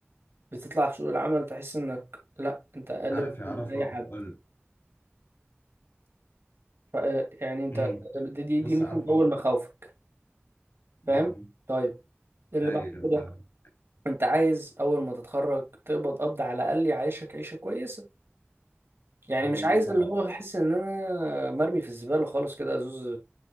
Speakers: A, on the right (about 60°); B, on the left (about 55°).
A: بتطلع في سوق العمل تحس انك لا انت اقل
B: عارف
A: بكتير
B: يا عرفه
A: من اي حد
B: قول
A: ف- يعني انت
B: امم
A: دي دي,
B: بص
A: دي مثلا
B: يا عرفه
A: اول مخاوفك فاهم
B: امم
A: طيب اللي
B: ايوه
A: بعد كده
B: فاهم
A: انت عايز اول ما تتخرج تقبض قبض على الاقل يعيشك عيشه كويسه يعني
B: امم
A: مش عايز
B: طبعا
A: اللي هو احس ان انا مرمي في الزباله خالص كده زوز